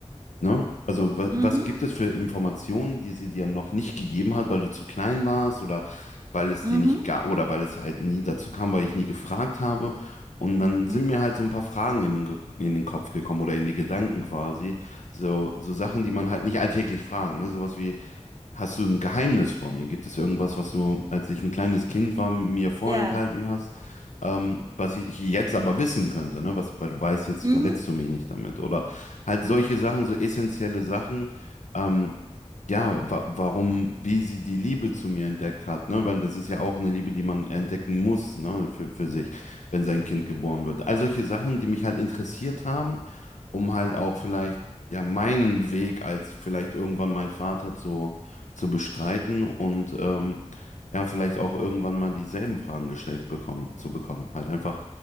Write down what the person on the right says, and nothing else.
mhm,
mhm,
mhm.
Ja.
Mhm,